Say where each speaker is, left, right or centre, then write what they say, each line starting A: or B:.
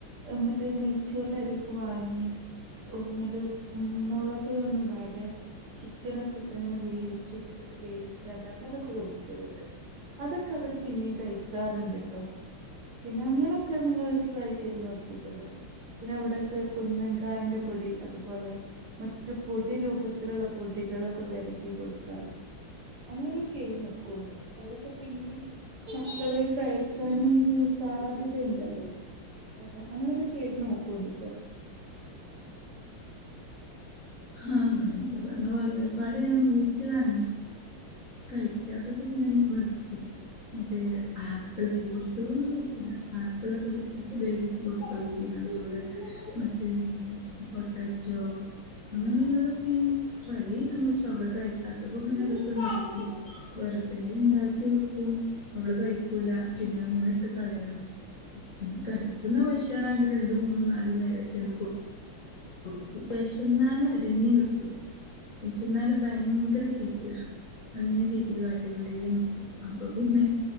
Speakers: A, on the right; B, on the left.
A: എന്നിട്ട് നെയ്ച്ചോറിന്റെ അരിയൊക്കെ വാങ്ങി ഓ മറ്റേ ഉം മോളൊകൊന്നും ഇടാതെ ചിക്കനൊക്കെ ഇട്ട് അങ്ങനെ വേവിച്ച് ഉപ്പിട്ട് വേവിച്ചാണ്ട് അങ്ങനൊക്കെ കൊടുക്കലുണ്ട് അതൊക്കെ അവര് പിന്നെയും കഴിക്കാറുണ്ട് കേട്ടോ പിന്നെ അങ്ങനെയൊക്കെ നിങ്ങൾ ട്രൈ ചെയ്ത് നോക്കിട്ടുണ്ടോ പിന്നെ അവിടെക്കെ കുന്നങ്കായന്റെ പൊടി അതുപോലെ മറ്റു പൊടി രൂപത്തിലുള്ള പൊടികളൊക്കെ വരക്കി കൊടുക്കാറു അങ്ങനെ ഒകെ ചെയ് ചെയ്ത് നോക്കുള്ളു അതൊക്കെ പിന്നെ മക്കളെ കഴിക്കാൻ സാധ്യതുണ്ടല്ലോ ഓ അങ്ങനെയൊക്കെ ചെയ്ത് നോക്കോണ്ട് കേട്ടോ
B: ആഹ് നിങ്ങള് പറഞ്ഞ പോലെ ഒരുപാട് ഞാൻ നോക്കിയതാണ് കഴിക്കാത്തൊക്ക പിന്നെ നിർത്തി മറ്റേ ആപ്പിള് ഫൂഡ്സുകളൊന്നും കഴിക്കില്ല ആപ്പിള ഒക്കെ വേവിച്ച് കൊടുത്തു നോക്കീണ് അതുപോലെ മറ്റേ പൊട്ടാറ്റോ അങ്ങനെയുള്ളതൊക്കെ ഞാൻ ട്രൈ ചെയ്തു പക്ഷെ അവള് കഴിക്കാത്തപ്പോ പിന്നെ അതൊക്കെ നിർത്തി വർ അതേ ഉണ്ടാക്കി വെക്കും അവള് കഴിക്കൂല പിന്നെ അങ്ങനെ ഇട്ട് കളയണം പിന്നെ കഴിക്കുന്ന ഭക്ഷണംണ്ട് രണ്ട് മൂന്നും നാലും നേരൊക്കെയണ്ട് കൊ കൊടുക്കും വിശന്നാണ് അടങ്ങി നിക്കൂല പക്ഷ എന്നാല ഭയങ്കര ചീച്ചിലാ അങ്ങന ചീച്ചില് കാട്ടൊണ്ട നിക്കും അപ്പൊ പിന്നെ